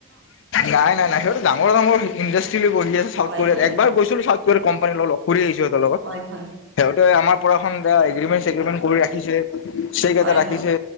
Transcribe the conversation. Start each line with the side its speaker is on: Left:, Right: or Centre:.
Left: নাই নাই নাই, সিহঁতে তো ডাঙৰ ডাঙৰ ইণ্ডাষ্ট্ৰি লৈ বহি আছে চাউথ
Right: হয়
Left: কোৰিয়াত।
Right: হয়
Left: একবাৰ
Right: হয়
Left: গৈছিলো চাউথ কোৰিয়াৰ কোম্পানীৰ লগত ফুৰি আহিছোঁ সিহঁতৰ লগত।
Right: হয় হয়
Left: সিহঁতে আমাৰ পুৰা সন্ধিয়া এগ্ৰিমেণ্ট চেগ্ৰিমেণ্ট কৰি ৰাখিছে। সেইকেইটা
Right: হয়
Left: ৰাখিছে।
Right: হয়